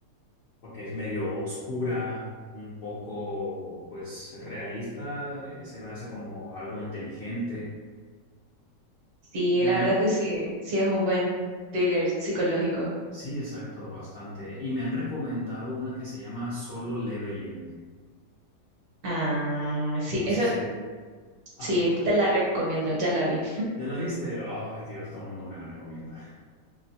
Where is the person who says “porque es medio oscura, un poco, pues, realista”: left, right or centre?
Left